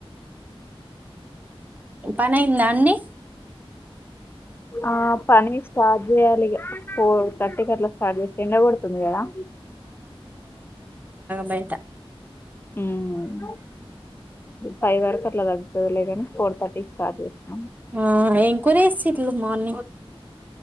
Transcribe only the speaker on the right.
పని అయిందా అండి
బయటా
ఆ ఏం కూర చేసిల్లు మార్నింగ్